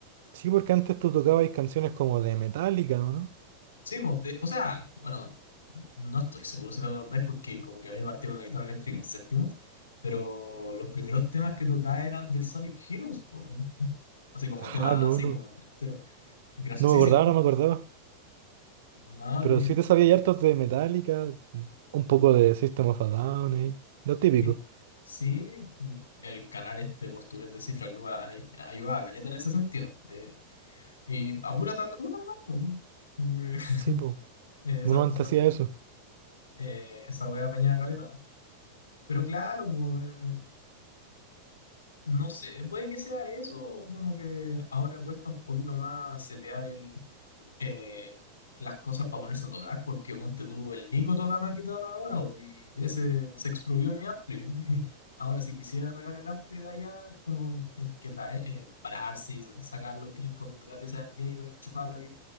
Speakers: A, on the right; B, on the left.
A: Sí, porque antes tú tocabas canciones como de Metallica, ¿o no?
B: Sí, po, de- o sea, bueno, n- no estoy seguro si te acordás porque como que había partido con la guitarra eléctrica en séptimo, pero los primeros temas que tocaba eran del Sonic Heroes, po, eh. así como tema,
A: Ah, no,
B: así
A: no.
B: como entero, graciosísimo.
A: No me acordaba, no me acordaba.
B: No,
A: Pero
B: y-
A: sí te sabía hartos de Metallica, un poco de System of a Down ahí. Lo típico.
B: sí, sí, mm, el canal este portugués de Cifra Club ay- ayudaba a caleta en ese sentido. eh, y a pura tablatura nomás, po. Como que, <laughs>
A: Sí, pues.
B: eh, esas
A: Uno
B: cosas
A: antes
B: también.
A: hacía eso.
B: Eh, esa wea apañaba caleta. Pero claro, po, eh, No sé, puede que sea eso, como que ahora cuesta un poquito más setear el, eh, las cosas para ponerse a tocar, porque ponte tú, el Nico toca más guitarra ahora, bo, y ese se expropió mi ampli. <laughs> Ahora, si quisiera sacar el ampli de allá, como hay que traer, eh, pararse y sacarlo del rincón de la pieza del Nico, enchufarlo aquí